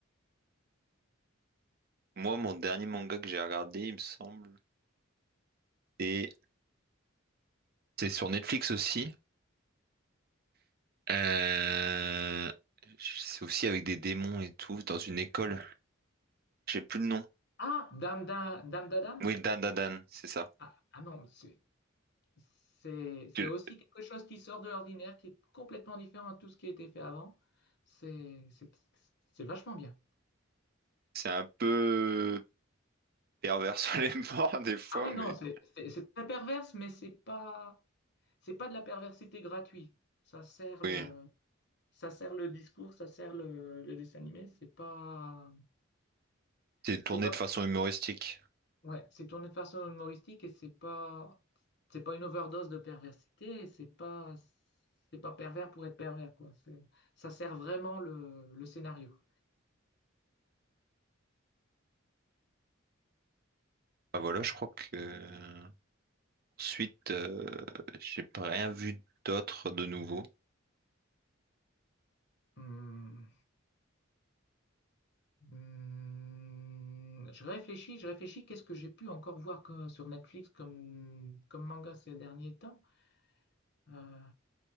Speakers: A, on the right (about 50°); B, on the left (about 55°).
A: Moi, mon dernier manga que j'ai regardé, il me semble, et c'est sur Netflix aussi. Euh, c'est aussi avec des démons et tout, dans une école. J'ai plus le nom.
B: Ah, Dame da, Dame da Dame?
A: Oui, Dan Dan Dan, c'est ça.
B: Ah, ah non, c'est C'est, c'est
A: Je-
B: aussi quelque chose qui sort de l'ordinaire, qui est complètement différent de tout ce qui a été fait avant. C'est, c'est, c'est vachement bien.
A: C'est un peu pervers <laughs> sur les bords des fois,
B: Ah oui,
A: mais
B: non, c'est c'est- c'est très perverse, mais c'est pas, c'est pas de la perversité gratuite. Ça sert
A: oui.
B: le, ça sert le discours, ça sert le, le dessin animé. C'est pas,
A: C'est
B: c'est
A: tourné
B: pas,
A: de façon humoristique.
B: ouais, c'est tourné de façon humoristique et c'est pas, c'est pas une overdose de perversité. et C'est pas, c'est pas pervers pour être pervers, quoi. C'est, ça sert vraiment le, le scénario.
A: Ah voilà,
B: Et
A: je
B: après,
A: crois que ensuite, euh, j'ai pas rien vu d'autre de nouveau
B: Hmm. Hmm. Je réfléchis, je réfléchis. Qu'est-ce que j'ai pu encore voir que- sur Netflix comme, comme manga ces derniers temps? Euh,